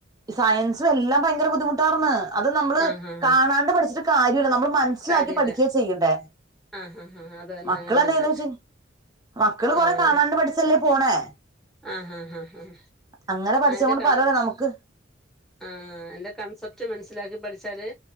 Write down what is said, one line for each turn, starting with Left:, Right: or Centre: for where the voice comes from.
Right: സയൻസും എല്ലാം ഭയങ്കര ബുദ്ധിമുട്ടാണെന്ന് അത് നമ്മള്
Centre: ആഹ് ആഹ്
Right: കാണാണ്ട് പഠിച്ചിട്ട് കാര്യമില്ല നമ്മള് മ നസ്സിലാക്കി
Centre: കാര്യല്ല
Right: പഠിക്കുകയാ ചെയ്യണ്ടേ
Centre: ആഹ് ഹാ ഹാ അത് തന്നെ
Right: മക്കള്
Centre: അങ്ങനെ
Right: <unintelligible>
Centre: തന്നെ
Right: മക്കള് കൊറേ
Centre: ആഹ്
Right: കാണാണ്ട് പഠിച്ചല്ലേ പൊന്നേ
Centre: ആഹ് ആ ആ
Right: അങ്ങനെ പഠിച്ച
Centre: ആ അയിന്റെ
Right: കൊണ്ട്
Centre: കാ
Right: പലോലെ നമുക്ക്
Centre: ആ അയിന്റെ കൺസെ പ്റ്റ് മനസ്സിലാക്കി പഠിച്ചാലേ